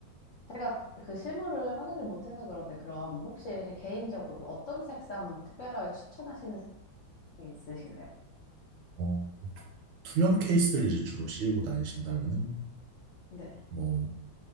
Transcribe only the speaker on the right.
어, 투명 케이스를 이제 주로 씌우고 다니신다면은
뭐